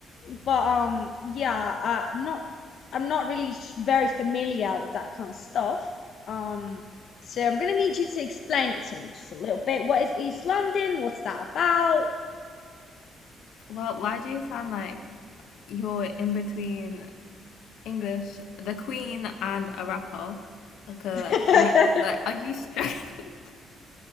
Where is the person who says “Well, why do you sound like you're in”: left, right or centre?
Left